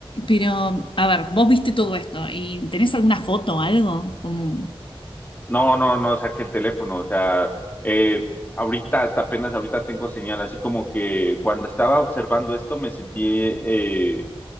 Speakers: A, on the left; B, on the left.
A: Pero, a ver, vos viste todo esto y ¿tenés alguna foto o algo? Como...
B: No, no, no saqué el teléfono, o sea, eh, ahorita, hasta apenas ahorita tengo señal, así como que cuando estaba observando esto me sentí, eh,